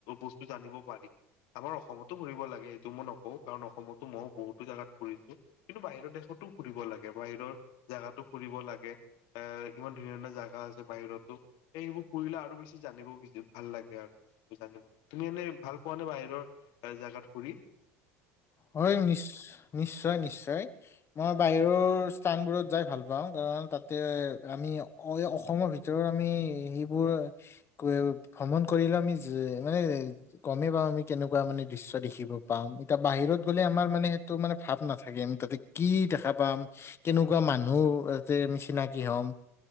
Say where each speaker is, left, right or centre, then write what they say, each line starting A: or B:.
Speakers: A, on the left; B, on the left.
A: বস্তু জানিব পাৰি। আমাৰ অসমতো ফুৰিব লাগে এইটো মই নকওঁ কাৰণ অসমতো ময়ো বহুতো জাগাত ফুৰিছো। কিন্তু বাহিৰৰ দেশতো ফুৰিব লাগে বাহিৰৰ জাগাতো ফুৰিব লাগে, এ ইমান ধুনীয়া ধুনীয়া জাগা আছে বাহিৰতো এইবোৰ ফুৰিলে আৰু বেছি জানিব বুজি ভাল লাগে আৰু সঁচাকে <unintelligible> তুমি এনে ভাল পোৱা নে বাহিৰৰ ভাল জাগাত ঘূৰি?
B: হয় নিশ নিশ্চয় নিশ্চয়। মই বাহিৰৰ স্থানবোৰত যাই ভাল পাওঁ কাৰণ তাতে আমি অ এ অসমৰ ভিতৰত আমি সেইবোৰ <unintelligible> ভ্ৰমণ কৰিলে আমি যি মানে গমে পাওঁ আমি কেনেকুৱা মানে দৃশ্য দেখিব পাও এতিয়া বাহিৰত গ'লে আমাৰ মানে সেইটো মানে ভাৱ নাথাকে আমি তাতে কি দেখা পাম কেনেকুৱা মানুহ ইয়াতে নিচিনাকি হম